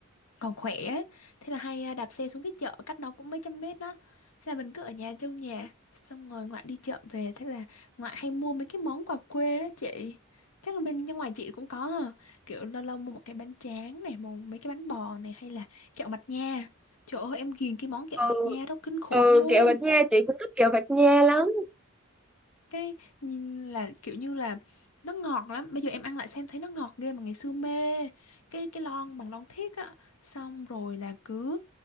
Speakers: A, on the left; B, in the centre.
A: còn khỏe ấy. Thế là hay à, đạp xe xuống cái chợ cách nó cũng mấy trăm mét đó thế là mình cứ ở nhà trong nhà xong rồi ngoại đi chợ về thế là ngoại hay mua mấy cái món quà quê á chị chắc là bên bên ngoài chị cũng có hả kiểu lâu lâu mua một cái bánh tráng này một mấy cái bánh bò này hay là kẹo mạch nha trời ơi em ghiền cái món kẹo
B: ừ
A: mạch nha đó kinh khủng
B: ừ
A: luôn
B: kẹo Bạch Nha chị cũng thích kẹo Bạch Nha lắm
A: cái nhìn là kiểu như là nó ngọt lắm bây giờ em ăn lại xem thấy nó ngọt ghê mà ngày xưa mê cái cái lon bằng lon thiếc á xong rồi là cứ